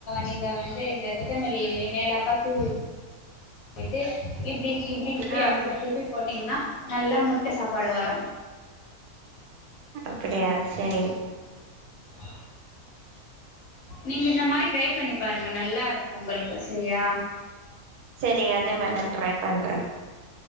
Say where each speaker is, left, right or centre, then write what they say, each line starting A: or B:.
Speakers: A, on the left (about 65°); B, on the right (about 85°).
A: நீங்க வந்து இந்த கொத்தமல்லி மேலா ப்ப தூவி விட்டு இப்டி இப்டி கிண்டி
B: ஆ
A: அப்டி திருப்பி போட் டிங்னா நல்லா முட்ட சாப்பாடு வரு
B: அப்பிடியா செரி
A: ஆ நீங்க இந்த மாரி ட்ரை பண்ணி பாருங்க நல்லா இருக்கு உங்களுக்கு சரியா
B: செரி அதே மாரி நா ட்ரை பண்றே